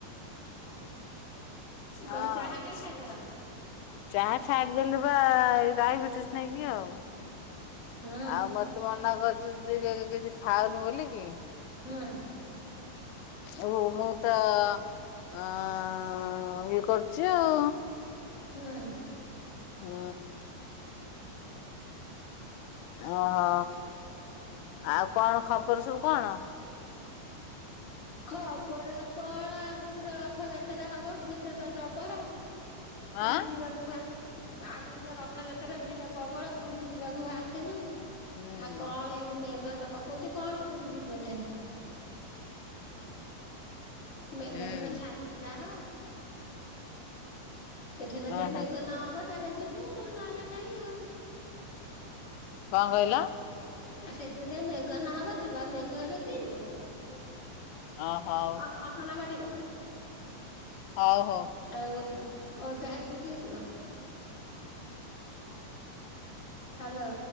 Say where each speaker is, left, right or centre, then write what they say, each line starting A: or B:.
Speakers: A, on the left; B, on the left.
A: ମୁଁ କହିଲି
B: ହଁ
A: ଚାହା କାଇଁ
B: ଚାହା
A: ଛାଡିଦେଲ?
B: ଛାଡିଦଲେ <unintelligible> ଡାଇବେଟିସ ନାଇ କି, ଆଉ
A: ହୁଁ
B: ଆଉ ମତେ ମନା କର କିଛି ଖାଉନି ବୋଲିକ କି <inaudible>
A: ହଁ।
B: ଓ ମୁଁ ତ ହ ଇଏ କରୁଛି ଆଉ।
A: ହୁଁ।
B: ହୁଁ। ଓହୋ ଆଉ କଣ ଖବର ସବୁ କଣ?
A: ଖବର କଣ ଆଗକୁ ରଥଯାତ୍ରା ହବ ଭିଡ ତ ଯବର। ପୁରୀ
B: ଆଁ
A: ଯିବାକୁ ଆଗକୁଟେ ରଥଯାତ୍ରା ଭିଡ ପ୍ରବଳ ପୁରୀ ଯିବାକୁ ବାହାରିଥେଲୁ।
B: ହୁଁ
A: ଆଉ କଣ ଏମିତି ମେଘ ତ ପକଉଛି କଣ ପୁରୀ ଯିବୁ ଏଥିରେ। ମେଘ
B: ହୁଁ
A: ସିନା ଛାଡିଲେ ଯାହା ହବ। ସେଦିନ
B: ଓହୋ
A: ଯାଏ ମେଘ ନହବ ତାହେଲେ ଯିବୁ ନହେଲେ ନାଇଁ ଆଉ।
B: କଣକହିଲ!
A: ଆଉ ସେଦିନ ଯାଏ ମେଘ ନହବ ଯିବ ଆଉ ମେଘ ହେଲେ କିଏ ଯିବ?
B: ଅ ହଉ
A: ଅ ଅସନା ମାଢିବ
B: ହଉ ହଉ।
A: ଆଉ। ଓଦା ହେଇକି କିଏ ଯିବା। ହ୍ୟାଲୋ!